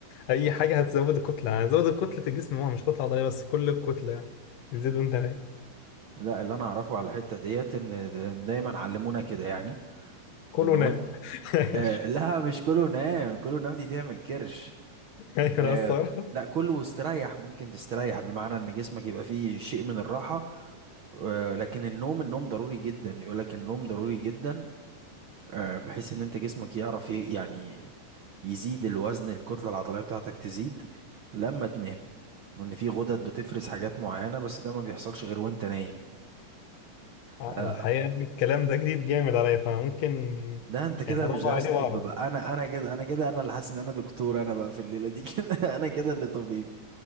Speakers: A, on the left; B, on the right.
A: أي حاجة هتزود الكتلة يعني زود كتلة الجسم هو مش كتلة عضلية بس كل الكتلة يعني بتزيد وأنت نايم
B: لا اللي انا اعرفه على الحته ديت ان دا- دايما علمونا كده يعني
A: كله
B: ان
A: نايم
B: وان...
A: <laughs>
B: آه
A: ماشي.
B: لا مش كله نام كله نام دي تعمل كرش
A: أيوة أنا
B: آه
A: الصراحة
B: لا كله استريح ممكن تستريح بمعنى ان جسمك يبقى فيه شيء من الراحه آه لكن النوم النوم ضروري جدا يقول لك النوم ضروري جدا آه بحيث ان انت جسمك يعرف ي... يعني يزيد الوزن الكتله العضليه بتاعتك تزيد لما تنام وان في غدد بتفرز حاجات معينه بس ده ما بيحصلش غير وانت نايم
A: الحقيقة
B: آه،
A: إن الكلام ده جديد جامد عليا فممكن
B: ده انت كده
A: يعني أدور
B: مش دارس
A: عليه
B: طب
A: وأعرف
B: بقى انا انا كده انا كده انا اللي حاسس ان انا دكتور انا بقى في الليله دي كده <laughs> انا كده اللي طبيب